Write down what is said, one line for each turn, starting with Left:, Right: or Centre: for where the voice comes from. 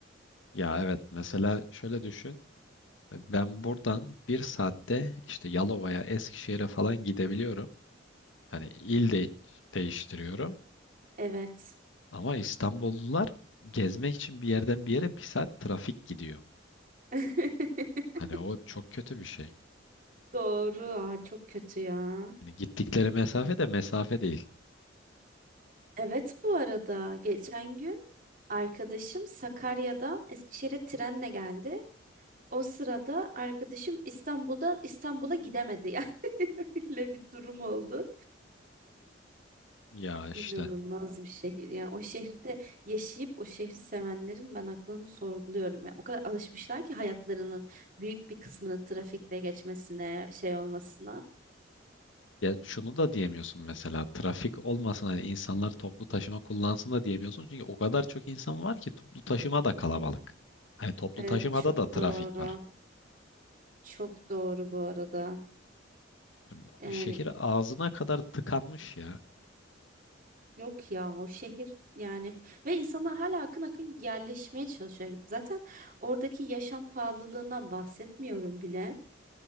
Left: Ya evet mesela şöyle düşün. Ben buradan bir saatte işte Yalova'ya, Eskişehir'e falan gidebiliyorum. Hani il de değiştiriyorum
Right: Evet.
Left: ama İstanbullular gezmek için bir yerden bir yere bir saat trafik gidiyor.
Right: <laughs>
Left: Hani o çok kötü bir şey.
Right: Doğru. Aa, çok kötü ya.
Left: Hani gittikleri mesafe
Right: Bakın.
Left: de mesafe değil.
Right: Evet bu arada geçen gün arkadaşım Sakarya'dan Eskişehir'e trenle geldi. O sırada arkadaşım İstanbul'dan İstanbul'a gidemedi yani. <laughs> Öyle bir durum oldu.
Left: Ya işte
Right: İnanılmaz bir şehir. Yani o şehirde yaşayıp o şehri sevenlerin ben aklını sorguluyorum. Yani o kadar alışmışlar ki hayatlarının büyük bir kısmının trafikte geçmesine, şey olmasına.
Left: ya şunu da diyemiyorsun mesela trafik olmasın hani insanlar toplu taşıma kullansın da diyemiyorsun. Çünkü o kadar çok insan var ki toplu taşıma da kalabalık. Hani toplu
Right: Evet
Left: taşımada
Right: çok
Left: da trafik
Right: doğru.
Left: var.
Right: Çok doğru bu arada.
Left: Yani
Right: Yani
Left: Şehir ağzına kadar tıkanmış ya.
Right: Yok ya o şehir yani ve insanlar hala akın akın yerleşmeye çalışıyor. Zaten oradaki yaşam pahalılığından bahsetmiyorum bile.